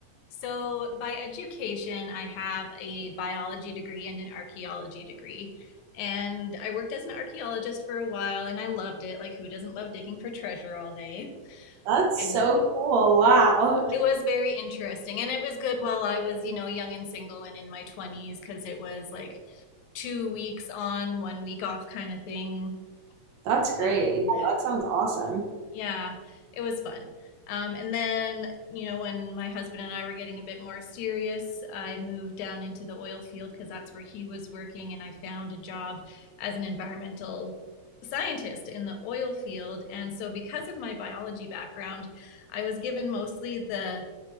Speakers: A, on the left; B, on the right.
A: So, by education, I have a biology degree and an archaeology degree. And I worked as an archaeologist for a while, and I loved it. Like, who doesn't love digging for treasure all day?
B: That's
A: And
B: so cool. Wow.
A: It was very interesting, and it was good while I was, you know, young and single and in my 20s because it was like two weeks on, one week off kind of thing.
B: That's great.
A: Um,
B: Yeah, that sounds awesome.
A: yeah, it was fun. Um, and then, you know, when my husband and I were getting a bit more serious, I moved down into the oil field because that's where he was working, and I found a job as an environmental scientist in the oil field. And so, because of my biology background, I was given mostly the